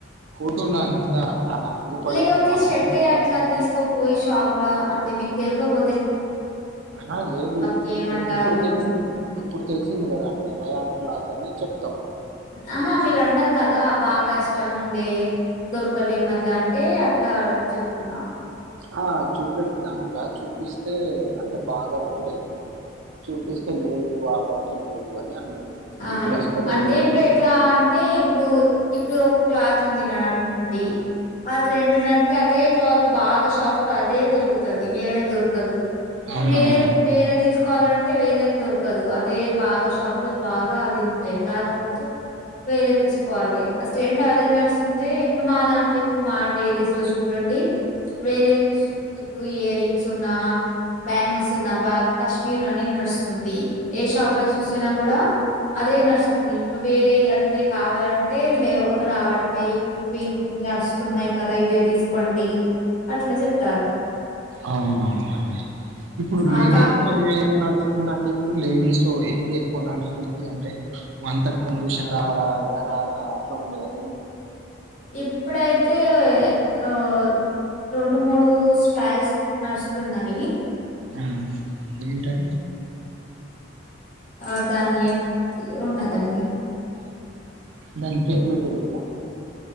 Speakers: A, on the right; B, on the left.
A: ఫోటోలా అంతగా అన అగుపడదు
B: లేకపోతే
A: మామూలు
B: ష
A: బట్టలాగా
B: టే అట్లా తీసుకపోయి షాప్ ల అంటే మీకు తెల్వపో
A: ఆ లేదు
B: కి
A: ఇప్పుడు
B: ఏమంటారు
A: ఇప్పుడు తెలిసింది ఇప్పుడు తెలిసింది కదా అండి రేయాన్ క్లాతని చెప్
B: ఆహా మీరన్నారు కదా బాగా ఇష్టముండే దొర్కలే మల్ల అంటే అట్లా చెప్తున్నా
A: ఆ చూపెట్టింది అట్లా చూపిస్తే అంటే బాగా రోజులైంది చూపి లేదు ఆ బట్ట లేదు అని అన్నాడు
B: ఆ
A: ఇప్పుడు వస్తలేదు
B: అంటే ఇప్పుడు
A: అన్ది
B: ఎట్లా అంటే ఇప్పుడు ఇప్పుడు ఒక క్లాత్ ఉంది కదానకోండి ఆ రెండు నడిత్తే అదే క్లాత్ బాగా షాఫ్ లో అదే దొరుకుతది వేరే దొరకదు ఇప్పుడు
A: అవునవును
B: మీరు వేరే తీసుకోవాలంటే వేరేది దొర కదు అదే బాగా షాప్ లో బాగా అదే ఉంటయ్ కాకపోతే వేరే తీసుకోవాలె అ స్టెండ్ అదే నడుస్తుంటే ఇప్పుడు మా దాంట్ల ఇప్పుడు మా లేడీస్ లో చూడండి వేరే ఇప్పుడు ఇయర్ రింగ్స్ ఉన్నా బ్యాంగల్స్ ఉన్నా బాగా కశ్మీర్ రన్నింగ్ నడుస్తుంది ఏ షాప్ లో చూసినా కూడా అదే నడుస్తుంది ఇప్పుడు వేరేయి అంటే కావాలంటే లేవ్ రావట్లే ఇప్పుడు వీ నడుస్తున్నాయి కదా ఇదే తీసుకోండి అట్లా చెప్తారు
A: అవునవునండి ఇప్పుడు
B: ఆ
A: లేడీస్
B: కా
A: లో ఏం నడుస్తుందండి ఇప్పుడు లేడీస్ ఏది ఎక్కువ నడుస్తుంది అంటే అంతకు ముందు శరార ఉబార అట్లా ఉండేకదా
B: ఇప్పుడైతే ఆ రొండు మూడు స్టైల్స్ నడుస్తున్నాయి
A: ఆ ఏంటది
B: ఆ దాన్ని ఏం పేరున్నదండి
A: దాని పేర్లు తెలీదా